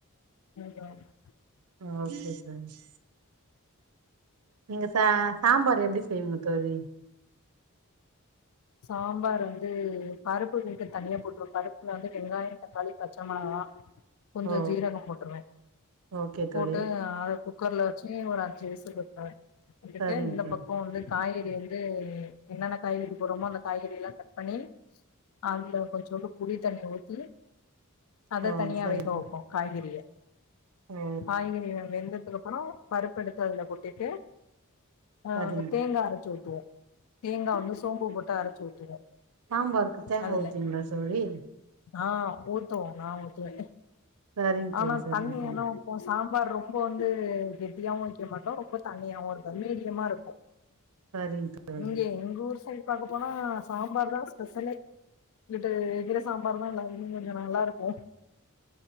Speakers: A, on the left; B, on the right.
A: <unintelligible>
B: ஓ செர் செரிமா நீங்க ச சாம்பார் எப்டி செய்வீங்க தோழி
A: சாம்பார் வந்து பருப்பு வேக தனியா போட்டுருவ பருப்புல வந்து வெங்காய தக்காளி பச்சை மெளகா கொஞ்சோ
B: ஓ
A: ஜீரகம் போட்டுருவ
B: ஓகே
A: போட்டு
B: தோழி
A: அத குக்கர்ல வெச்சு ஒரு அஞ்சு விசில் விட்ருவே விட்டுட்டு
B: சரிங்க
A: இந்த
B: தோழி
A: பக்கோ வந்து காய்கறி வந்து என்னென்ன காய்கறி அப்புறமா அந்த காய்கறி எல்‌‌‍லா கட் பண்ணி அதுல கொஞ்சோண்டு புளி தண்ணி ஊத்தி அத
B: ஓ
A: தனியா
B: சரிங்க
A: வேக
B: தோழி
A: வெப்போ காய்கறிய
B: ஓ
A: காய்கறிய வெந்ததுக்கு அப்பறோ பருப்பெடுத்து அதுல கொட்டிட்டு அ
B: சரிங்க
A: தேங்கா அரைச்சு ஊத்துவோ தேங்கா வந்து சோம்பு போட்டு அரைச்சு ஊத்துவோ
B: சம்பாருக்கு தேங்கா
A: அதுல
B: ஊத்துவீங்ளா தோழி
A: ஆ ஊத்துவோ நா ஊத்துவே
B: சரிங்க
A: ஆனா
B: தோழி சரிங்க
A: தண்ணியானா
B: தோழி
A: உ சாம்பார் ரொம்ப வந்து கெட்டியாவு வெக்க மாட்டோ ரொம்ப தண்ணியாவு இருக்காது மீடியமா இருக்கு
B: சரிங்க தோழி
A: இங்க எங்க ஊர் சைடு பாக்க போனா சாம்பார் தா ஸ்பெஷலே இங்குட்டு கீரை சாம்பார் தா எல்லாருக்குமே கொஞ்சம் நல்லா இருக்கு